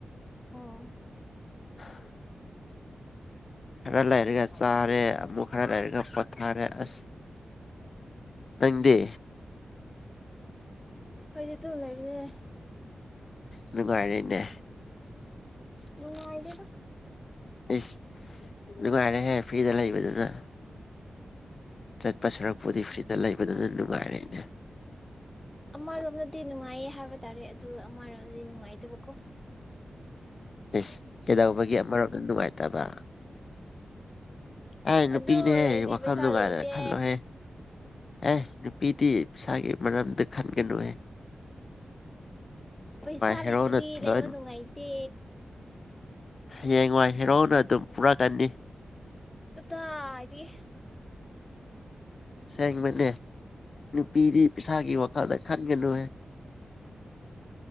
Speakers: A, on the left; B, on the left.
A: ꯑꯣꯥ
B: <inaudible> ꯈꯔ ꯂꯩꯔꯒ ꯆꯥꯔꯦ ꯑꯃꯨꯛ ꯈꯔ ꯂꯩꯔꯒ ꯄꯣꯊꯥꯔꯦ ꯑꯁ ꯅꯪꯗꯤ
A: ꯑꯩꯗꯤ ꯇꯨꯝ ꯂꯩꯕꯅꯦ
B: ꯅꯨꯡꯉꯥꯏꯔꯤꯅꯦ
A: ꯅꯨꯡꯉꯥꯏꯗꯦꯗ
B: ꯏꯁ ꯅꯨꯡꯉꯥꯏꯔꯦ ꯍꯦ ꯐ꯭ꯔꯤꯗ ꯂꯩꯕꯗꯨꯅ ꯆꯠꯄ ꯁꯔꯛꯄꯨꯗꯤ ꯐ꯭ꯔꯤꯗ ꯂꯩꯕꯗꯨꯅ ꯅꯨꯡꯉꯥꯏꯔꯦꯅꯦ
A: ꯑꯃꯔꯣꯝꯗꯗꯤ ꯅꯨꯡꯉꯥꯏꯌꯦ ꯍꯥꯏꯕ ꯇꯥꯔꯦ ꯑꯗꯨ ꯑꯃꯔꯣꯝꯗꯤ ꯅꯨꯡꯉꯥꯏꯇꯕꯀꯣ
B: ꯏꯁ ꯀꯩꯗꯧꯕꯒꯤ ꯑꯃꯔꯣꯝꯗ ꯅꯨꯡꯉꯥꯏꯇꯕ ꯑꯥꯏ ꯅꯨꯄꯤꯅꯦ
A: ꯑꯗꯨ
B: ꯍꯦ
A: ꯂꯩꯔꯗꯤ
B: ꯋꯥꯈꯜ
A: ꯄꯩꯁꯥ
B: ꯅꯨꯡꯉꯥꯏꯅ
A: ꯂꯩꯇꯦ
B: ꯈꯜꯂꯣꯍꯦ ꯑꯦ ꯄꯤꯗꯤ ꯄꯩꯁꯥꯒꯤ ꯃꯔꯝꯗ ꯈꯟꯒꯅꯨ ꯍꯦ
A: ꯄꯩꯁꯥ
B: ꯍꯦꯔꯣꯅ
A: ꯂꯩꯇ꯭ꯔꯗꯤ ꯂꯩꯕ
B: ꯂꯣꯏ
A: ꯅꯨꯡꯉꯥꯏꯇꯦ
B: ꯍꯌꯦꯡꯋꯥꯏ ꯍꯦꯔꯧꯅ ꯑꯗꯨꯝ ꯄꯨꯔꯛꯀꯅꯤ
A: ꯑꯠꯇ ꯍꯥꯏꯗꯤ
B: ꯁꯦꯡꯦꯡ ꯃꯅꯤꯅꯦ ꯅꯨꯄꯤꯗꯤ ꯄꯁꯥꯒꯤ ꯋꯥꯈꯜꯗ ꯈꯟꯒꯅꯣ